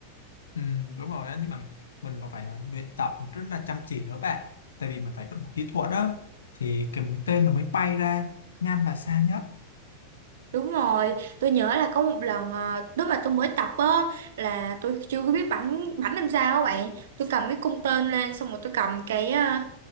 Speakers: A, on the left (about 65°); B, on the right (about 60°).
A: Ừ, đúng rồi á nhưng mà mình còn phải là luyện tập rất là chăm chỉ nữa bạn tại vì mình phải đụng kỹ thuật đó thì cái mũi tên nó mới bay ra nhanh và xa nhất
B: Đúng rồi, tôi nhớ là có một lần ờ, lúc mà tôi mới tập á là tôi chưa có biết bắn bắn làm sao á bạn. Tôi cầm cái cung tên lên xong rồi tôi cầm cái ờ,